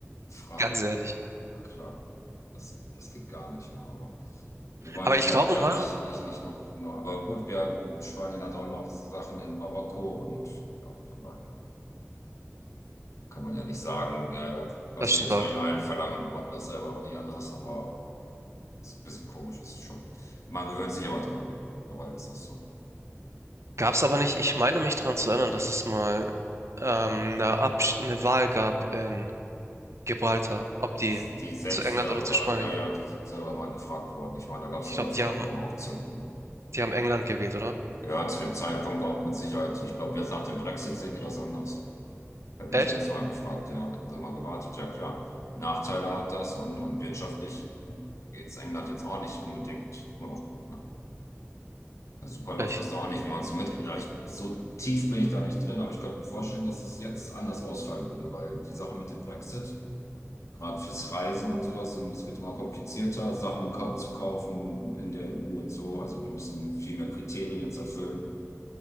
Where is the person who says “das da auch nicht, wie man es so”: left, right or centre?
Left